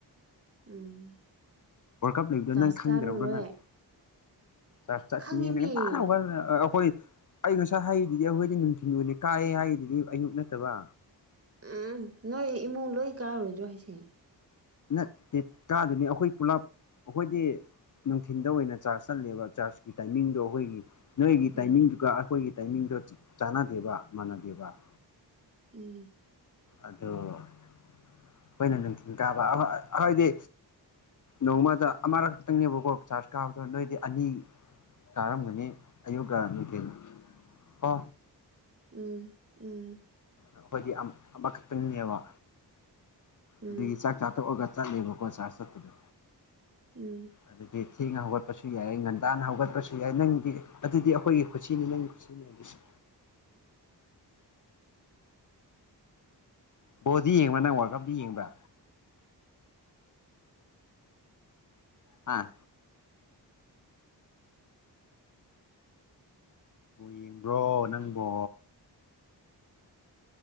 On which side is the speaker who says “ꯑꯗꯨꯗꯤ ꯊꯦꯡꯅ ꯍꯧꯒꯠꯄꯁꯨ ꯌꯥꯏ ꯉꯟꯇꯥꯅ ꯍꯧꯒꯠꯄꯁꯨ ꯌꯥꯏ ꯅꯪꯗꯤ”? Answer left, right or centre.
Left